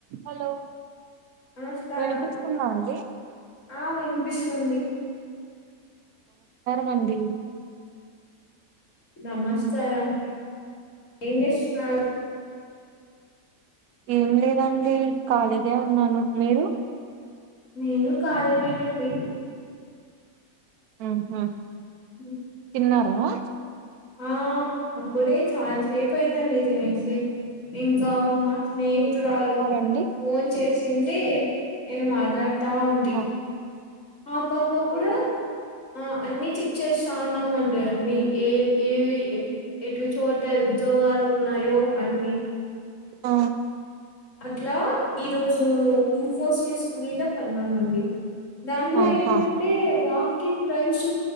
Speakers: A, on the right; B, on the left.
A: Hello
B: నమస్కారం
A: వినిపిస్తుందా అండి
B: ఆ వినిపిస్తుంది
A: మండి
B: నమస్కారం ఏం చేస్తున్నారు
A: ఏం లేదండి ఖళీనే ఉన్నాను మీరు
B: నేను కాలేనేనండి
A: ఉహు
B: అ
A: టీన్నారా
B: ఆ అప్పుడే చాలాసేపు అయిందండి తినసి ఇంకా మా స్నేహితురాలు
A: ఏం తిన్నారండి
B: ఫోన్ చేసింటే నేను మాట్లాడి తా ఉంది
A: ఆ
B: ఆ పాప కూడా ఆ అన్ని చెక్ చేస్తాన్నామ అండి అన్ని ఏ ఏవి ఎటు చోట ఉద్యోగాలు ఉన్నాయో అన్ని
A: ఆ
B: అట్లా ఈరోజు ఇన్ఫోసిస్ మీద పన్మానండి దాంట్లో
A: ఆహా
B: ఏమంటే వా స్కిన్ రడ్రైస్